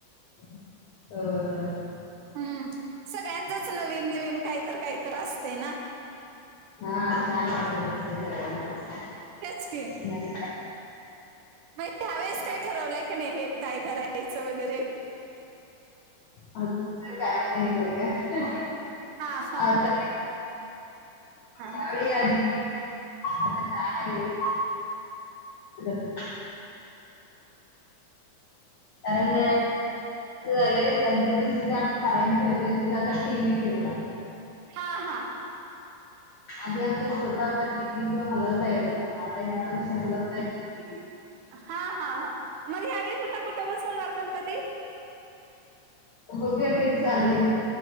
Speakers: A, on the left (about 70°); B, on the right (about 80°).
A: आ..
B: हम्म सगळ्यांचच नवीन नवीन काहीततर काहीतर असते ना
A: हां छान वाटत असते सगळ्यांनाच
B: तेच की
A: नवीन
B: ह्यावेळेस काय ठरवलंय का नाही हे काय करायचं वगैरे
A: अजून तर काही नाही डोक्यात
B: हां हां
A: आता
B: हा
A: यावेळी आधी आता काय? कारण कारण झाले गणपती जिथे आ कायम ठेवतोय तिथे आता टी व्ही ठेवला
B: हां हां
A: आधी आमचा छोटा होता टी. व्ही तो हलवता येत होता आता ह्या वर्षी हलवता य
B: हां हां ह मग ह्यावेेळेस होता कुठे बसवणार गणपती
A: बघूया तेच चालंय